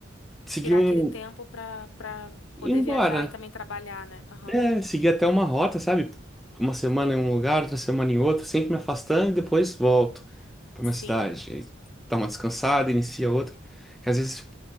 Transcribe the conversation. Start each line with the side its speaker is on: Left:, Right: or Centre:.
Centre: seguir
Left: Tirar
Centre: um
Left: aquele tempo pra, pra poder
Centre: ir embora,
Left: viajar e também trabalhar, né? Aham.
Centre: é, seguir até uma rota, sabe? Uma semana em um lugar, outra semana em outro, sempre me afastando e depois volto para minha
Left: Sim.
Centre: cidade. E Dá uma descansada, inicia outra. Que às vezes